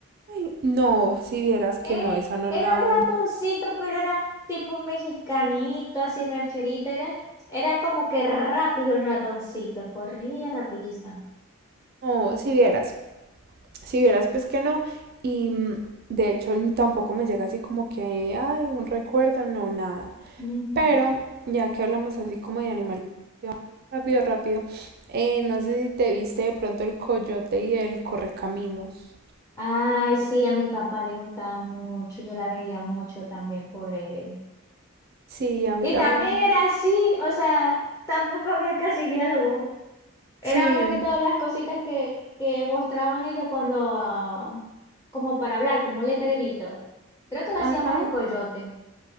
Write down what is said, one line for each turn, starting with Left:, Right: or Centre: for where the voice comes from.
Right: Ay, no, si vieras que
Left: Eh,
Right: no, esa no
Left: era
Right: la...
Left: un ratoncito,
Right: mm,
Left: pero era tipo un mexicanito, así rancherito. Era, era como que rápido el ratoncito, corría rapidito.
Right: No, si vieras, si vieras pues que no y mm, de hecho n- tampoco me llega así como que, ay, un recuerdo, no, nada.
Left: Ujú.
Right: Pero ya que hablamos así como de animales, que vamos rápido, rápido, eh, no sé si te viste de pronto el coyote y el correcaminos.
Left: Ay, sí, a mi papá le gustaba mucho, yo la veía mucho también por él.
Right: Sí, a mí
Left: Y
Right: también.
Left: también era así, o sea, tampoco había casi diálogo. Eran
Right: Sí,
Left: más que todas las cositas que, que mostraban ellos cuando, como para hablar, como letrerito. Creo que lo hacía
Right: ajá.
Left: más el coyote.